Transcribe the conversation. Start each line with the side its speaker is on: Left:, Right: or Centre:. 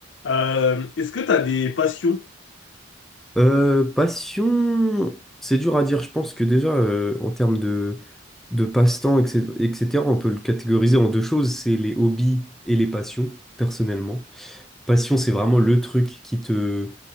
Left: Euh, est-ce que tu as des passions?
Centre: Euh, passion, c'est dur à dire. Je pense que déjà, euh, en termes de, de passe-temps, etc., etc., on peut le catégoriser en deux choses, c'est les hobbies et les passions, personnellement. Passion, c'est vraiment le truc qui te...